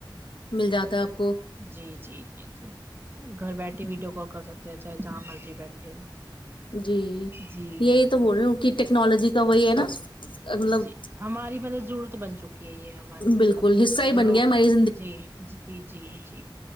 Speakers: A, on the left; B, on the right.
A: مل جاتا ہے آپ کو
B: جی جی جی جی گھر بیٹھے ویڈیو کال کر سکتے ہیں چاہے جہاں مرضی بیٹھے ہو
A: جی
B: جی
A: یہی تو بول رہی ہوں کہ ٹیکنالوجی کا وہی ہے نا مطلب
B: جی ہماری مطلب ضرورت بن چکی ہے یہ ہمارے مطلب
A: بالکل حصہ ہی بن
B: رو
A: گیا ہماری
B: جی جی جی جی